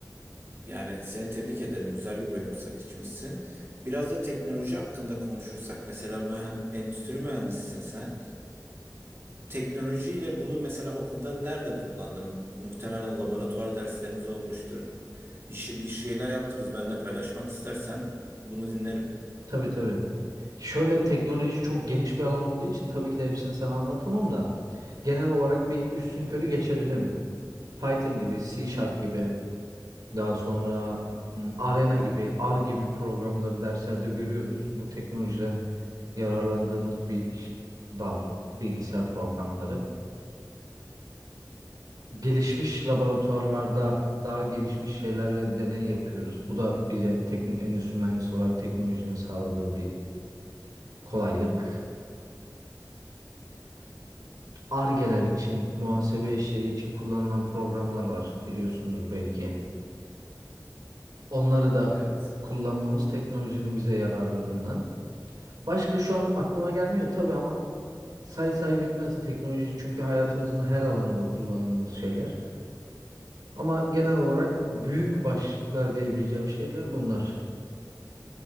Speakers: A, on the right; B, on the right.
A: yani seni tebrik ederim. Güzel bir bölüm seçmişsin. Biraz da teknoloji hakkında konuşursak mesela mühen- endüstri mühendisisin sen. Teknolojiyle bunu mesela okulda nerede kullandım? Muhtemelen laboratuvar dersleriniz olmuştur. Bir, şey- bir şeyler yaptınız. Benimle paylaşmak istersen bunu dinlerim.
B: Tabii tabii. Şöyle teknoloji çok geniş bir alan olduğu için tabii ki de hepsini sana anlatamam da. genel olarak bir üstünkörü geçebilirim. Python gibi, C Sharp gibi, daha sonra m, Arena gibi, R gibi programları derslerde görüyoruz. Bu teknolojiden yararlandığımız bir iş- dal, bilgisayar programları. Gelişmiş laboratuvarlarda daha gelişmiş şeylerle deney yapıyoruz. Bu da bize tekn- endüstri mühendisi olarak teknolojinin sağladığı bir kolaylık. Argeler için, muhasebe işleri için kullanılan programlar var biliyorsunuz belki. Onları da
A: Evet.
B: kullanmamız teknolojinin bize yararlarından. Başka şu an aklıma gelmiyor tabii ama say say bitmez teknoloji çünkü hayatımızın her alanında kullandığımız şeyler. Ama genel olarak büyük başlıklar diyebileceğim şeyler bunlar.